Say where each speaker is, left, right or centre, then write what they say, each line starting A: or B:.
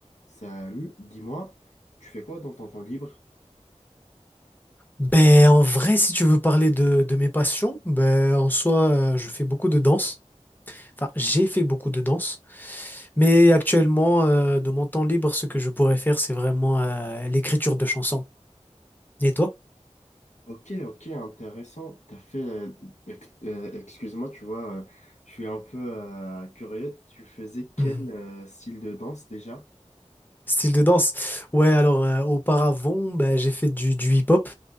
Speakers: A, on the left; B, on the left.
A: Salut, dis-moi, tu fais quoi dans ton temps libre?
B: Ben, en vrai, si tu veux parler de, de mes passions, ben, en soi, euh, je fais beaucoup de danse. Enfin, j'ai fait beaucoup de danse. Mais actuellement, euh, de mon temps libre, ce que je pourrais faire, c'est vraiment euh, l'écriture de chansons. Et toi?
A: Ok, ok, intéressant. T'as fait, euh, ex- euh, excuse-moi, tu vois, euh, je suis un peu euh, curieux. Tu faisais quel
B: Mhm.
A: euh, style de danse déjà?
B: Style de danse. Ouais, alors euh, auparavant, ben, j'ai fait du, du hip-hop.